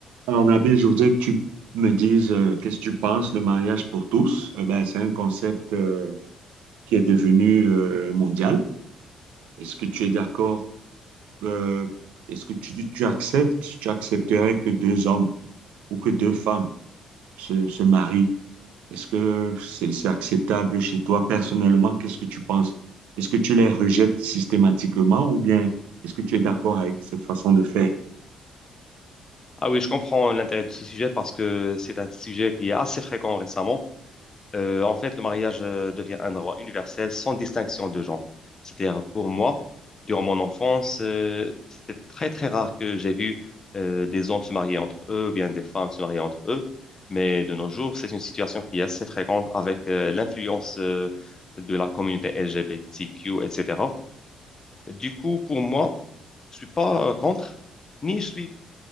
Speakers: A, on the right; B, on the left.
A: Alors, Nabil, je voudrais que tu me dises euh, qu'est-ce que tu penses, le mariage pour tous. Euh, ben, c'est un concept euh, qui est devenu euh, mondial. Est-ce que tu es d'accord? euh, est-ce que tu, tu acceptes, tu accepterais que deux hommes ou que deux femmes se, se marient? Est-ce que c'est, c'est acceptable chez toi personnellement? Qu'est-ce que tu penses? Est-ce que tu les rejettes systématiquement ou bien est-ce que tu es d'accord avec cette façon de faire?
B: Ah oui, je comprends l'intérêt de ce sujet parce que c'est un sujet qui est assez fréquent récemment. Euh, en fait, le mariage euh, devient un droit universel sans distinction de genre. C'est-à-dire, pour moi, durant mon enfance, euh, c'était très très rare que j'ai vu euh, des hommes se marier entre eux ou bien des femmes se marier entre eux. Mais de nos jours, c'est une situation qui est assez fréquente avec euh, l'influence euh, de la communauté LGBTQ, etc. Du coup, pour moi, je suis pas euh, contre, ni je suis,